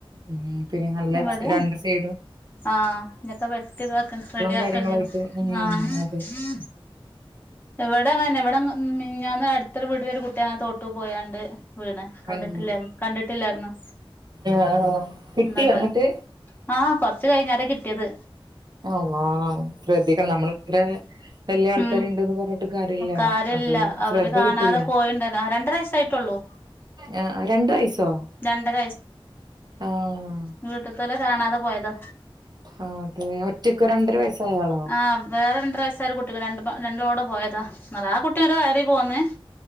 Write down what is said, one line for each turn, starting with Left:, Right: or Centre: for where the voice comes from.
Right: ഉം പിന്നെ നല്ലെ
Left: ഇവിടെയാണ്
Right: ച്ച് രണ്ട് സെയ്ഡും
Left: ആഹ് ഞ്ഞൊക്കെ വെട്ടി താക റെഡ്യാക്കെണ്ട്യെരും
Right: കാര്യങ്ങളായിട്ട് ഉം
Left: ആഹ്
Right: അതെ
Left: അഹ് ഇവടി അങ്ങെനെന്നെ ഇവടെ മ് മിഞ്ഞാന്ന് അട്തൊര് വീട്ടിലൊര് കുട്ടി അങ്ങെ തോട്ട് പോയാണ്ട് വീണ് കണ്ട്ട്ട്ല്ലാ
Right: ആഹ്
Left: കണ്ട്ട്ട്ല്ലാർഞ്ഞ്
Right: ആഹ് കിട്ടിയോ
Left: ന്നട്ട്
Right: എന്നിട്ട്
Left: ആഹ് കൊർച്ച് കഴിഞ്ഞാരെ കിട്ട്യേത്
Right: അള്ളാഹ് ശ്രദ്ധിക്കണം നമ്മള് ത്രേ വെല്യാ ആൾക്കാര്ണ്ട്ന്ന്
Left: ഉം
Right: പർ ട്ട് കാര്യല്ല
Left: കാര്യല്ല
Right: അത്
Left: അവര്
Right: ശ്രദ്ധ
Left: കാണാതെ
Right: കിട്ടില്ല്യാ
Left: പോയിണ്ടല്ലോ രണ്ടര വയസ്സായിട്ടുള്ളൂ
Right: ഏഹ് അഹ് രണ്ട് വയ്സോ
Left: രണ്ടര
Right: ആഹ്
Left: വീട്ട്താേലെ കാണാതെ പോയതാ
Right: ആഹ് അതേ ഒറ്റക്കൊ രണ്ടര വയസ്സായാളോ?
Left: ആഹ് വേറെ രണ്ട്രയസ്സായ ഒര് കുട്ടിക് രണ്ട്പ രണ്ടളുടെ പോയതാ ന്നലാ ആ കുട്ടിങ്ങട്ട് കയറി പോന്ന്